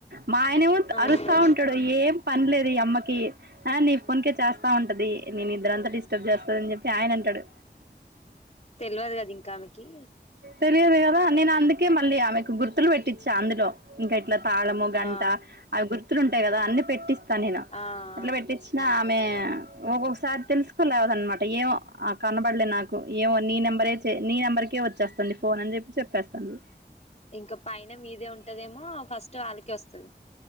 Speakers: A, on the right (about 75°); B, on the left (about 40°).
A: మా ఆయనేమొత్
B: అయ్యో
A: అరుస్తా ఉంటాడు ఏం పన్ లేదు ఈ అమ్మకి ఆ నీ ఫోన్కే చేస్తా ఉంటది నీ నిద్దరంత డిస్టబ్ జేస్తాదన్ జొప్పి ఆయనంటడు
B: తెల్వదు కద ఇంకామెకి
A: తెలియదు గదా నేనందుకే మళ్ళీ ఆమెకు గుర్తులు వెట్టిచ్చా అందులో ఇంకా ఇట్లా తాళము గంట
B: ఆ
A: అవి గుర్తులుంటాయ్ గదా అన్నీ పెట్టిస్ స్తా నేను
B: ఆ ఆ
A: అట్ల వెట్టిచ్నా ఆమె ఒగొగ్ సార్ తెలుస్ కోలేదన్మాట ఏమో ఆ కనబల్లే నాకు ఏమో నీ నెంబరే చు చే నీ నెంబర్కే వచ్చేస్తుంది ఫోనన్ జొప్పి చోప్పేస్తాంది
B: ఇంక పైన మీదే ఉంటాదేమో ఫస్టు ఆళ్ళకే వస్తది